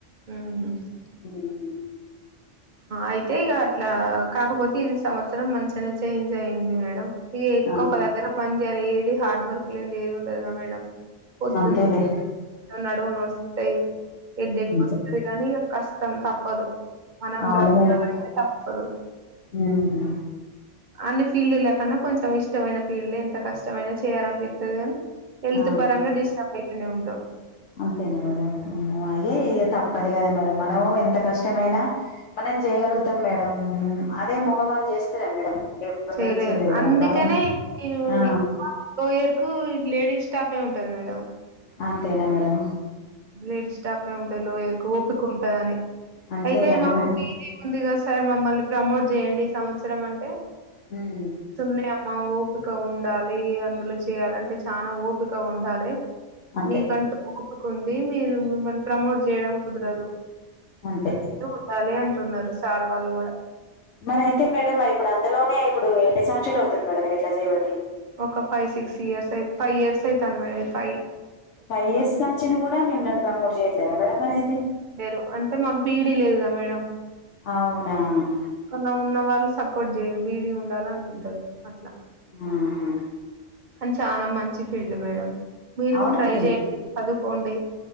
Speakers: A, on the right (about 45°); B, on the left (about 75°).
A: మ్ మ్
B: ఉమ్.
A: అయితే ఇగ ఇట్లా కాకపోతే ఈ సంవత్సరం మంచిగానే చేంజ్ అయింది మేడం ఇ ఎక్కువ
B: ఆ
A: ఒక దగ్గర పని చేయాలి ఏది హార్డ్ వర్క్ లేందే ఏది ఉండదుగా మేడం పొద్దు
B: అంతేలే
A: నడువులు నొస్తాయి హెడేక్
B: అంతే
A: వస్తది కాని కష్టం తప్పదు మనం
B: అవును
A: బ్రతకాలంటే
B: మేడం
A: తప్పదు
B: మ్
A: అన్ని ఫీల్డ్ లేకున్నా కొంచెం ఇష్టమైన ఫీల్డ్ ఎంత కష్టమైనా చేయాలనిపిత్తది కాని హెల్త్
B: ఆ
A: పరంగా డిస్టర్బ్ ఐవుతూనే ఉంటాం
B: అంతేనా మేడం ఇ అదే
A: ఉమ్,
B: తప్పదు కదా మేడం మనం ఎంత కష్టమైనా మనం చేయగలుగుతాం మేడం అదే మగవాళ్ళు చేస్తరా మేడం ఎప్పురు
A: చేయలేరు
B: చేయలేరువాళ
A: అందుకనే
B: వాళం
A: ఈ
B: ఆ
A: ఎక్కువ లోయర్ కు లేడీస్ స్టాఫ్ ఏ ఉంటది మేడం
B: అంతే నా మేడం
A: లేడీస్ స్టాఫ్ ఉంటాది లోయర్కు ఓపిక ఉంటందని
B: అంతే
A: అయితే
B: కదా
A: మాకు
B: మేడం
A: ప ఉందిగాదా సార్ మమ్మల్ని ప్రమోట్ చేయండి ఈ సంవత్సరం అంటే
B: హ్మ్.
A: సనె అమ్మ ఓపిక ఉండాలి అందులో చేయాల అంటే చాన ఓపిక ఉండాలె
B: అంతే
A: మీకంటూ ఒపిక ఉంది మీరు మిమ్మల్ని ప్రమోట్ చేయడం కుదరదు
B: అంతే
A: చూడాలి అంటున్నారు సార్ వాళ్ళు కూడా
B: మరి అయితే పేడం మరి ఇప్పుడు అందులోనే ఇప్పుడు ఎన్ని సంవత్సరాలు అవుతుంది మేడమ్రి ఇట్లా చేయబడి
A: ఒక five six years five years అవుతుంది మేడం ఫైవ్
B: ఫైవ్ ఇయర్స్ కాంచీ కూడా మిమ్మల్ని ప్రమోట్ చేయట్లేరా మేడం మరి అయితే
A: రు అంటే మాకు బీఈడి లేదుగా మేడమ్
B: అవునవును
A: కొన ఉన్న వాళ్ళు సపోర్ట్ చేయరు బిఈడి ఉండాలనుకుంటారు అట్లా
B: ఊహు
A: కానీ చాలా మంచి ఫీల్డ్ మేడం మీరు
B: అవును
A: కూడా ట్రై
B: డి
A: చేయండి. చదువుకోండి